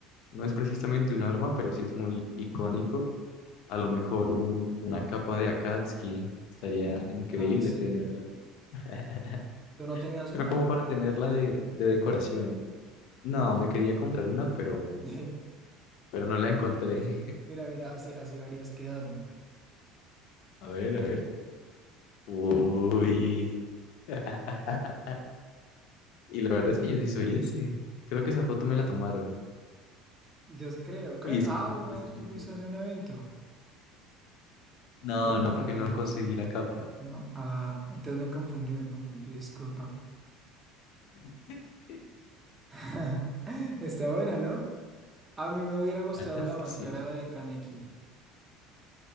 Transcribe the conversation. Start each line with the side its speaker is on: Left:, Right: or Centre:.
Left: no es precisamente un arma, pero sí es muy icónico A lo mejor un, una capa de Akatsuki estaría increíble
Right: Ah, sí.
Left: tenerla. <laughs>
Right: ¿Tú no tenías
Left: Pero
Right: una?
Left: como para tenerla de, de decoración. No, me quería comprar una, pero,
Right: <laughs>
Left: pero no la encontré. <laughs>
Right: Mira, mira, así, así habrías quedado, mira.
Left: A ver, a ver. Uy. <laughs> Y la verdad es que yo sí soy ese. Creo que esa foto me la tomaron.
Right: Yo sí creo, creo.
Left: Oye, sí,
Right: Ah,
Left: se
Right: una
Left: parece
Right: vez
Left: mucho.
Right: tú fuiste a hacer un evento.
Left: No,
Right: Te,
Left: no,
Right: te
Left: porque
Right: la habían
Left: no
Right: prestado,
Left: conseguí la capa.
Right: ¿no? Ah, entonces me confundí, me confundí, disculpa.
Left: <laughs>
Right: <laughs> Está buena, ¿no? A mí me hubiera gustado
Left: La verdad es
Right: la máscara
Left: que sí.
Right: de Kaneki.